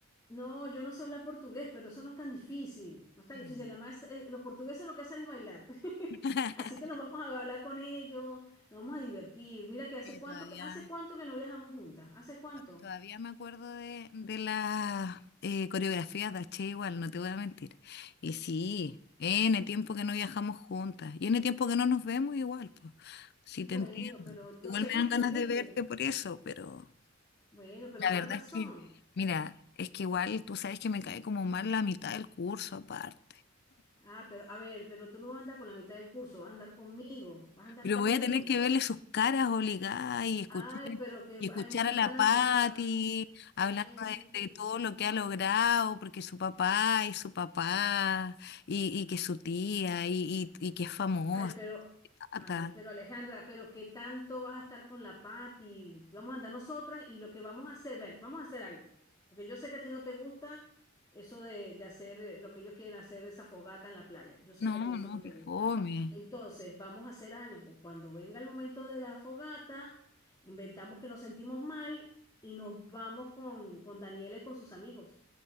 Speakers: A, on the left; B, on the left.
A: no, yo no sé hablar portugués, pero eso no es tan difícil, no es tan
B: Mm.
A: difícil. Además, eh, los portugueses lo que hacen es bailar. <laughs>
B: <laughs>
A: Así que nos vamos a bailar con ellos, nos vamos a divertir. Mira que hace
B: Oye,
A: cuánto,
B: todavía
A: que- hace cuánto que no viajamos juntas, ¿hace cuánto?
B: Todavía me acuerdo de, de las eh, coreografías de H igual, no te voy a mentir. Y sí, N tiempo que no viajamos juntas. Y N tiempo que no nos vemos igual, pues. Sí
A: Bueno,
B: te entiendo.
A: pero entonces,
B: Igual me
A: viste,
B: dan ganas
A: viste,
B: de verte por eso, pero
A: bueno, pero
B: la
A: más
B: verdad
A: razón.
B: es que, mira,
A: Pues,
B: es que igual tú sabes que me cae como mal la mitad del curso aparte.
A: ah, pero a ver, pero tú no vas a andar con la mitad del curso, vas a andar conmigo, vas a andar
B: Pero
A: conmigo.
B: voy a tener que verle sus caras obligadas y escuchar,
A: Ay, pero que,
B: y escuchar
A: ay, no seas
B: a la
A: tan antipático.
B: Patti hablando
A: Ay, no, pero
B: de, de todo lo
A: no.
B: que ha logrado, porque su papá y su papá, y, y que su tía, y, y, y que es famosa.
A: Ay, pero,
B: tata.
A: ay, pero Alejandra, pero ¿qué tanto vas a estar con la Pati? Vamos a andar nosotras y lo que vamos a hacer, ver, vamos a hacer algo. Porque yo sé que a ti no te gusta eso de, de hacer eh, lo que ellos quieren hacer, esa fogata en la playa. Yo sé
B: No,
A: que a ti eso
B: no,
A: no te
B: que
A: gusta.
B: fome.
A: Entonces, vamos a hacer algo. Cuando venga el momento de la fogata, inventamos que nos sentimos mal y nos vamos con, con Daniela y con sus amigos.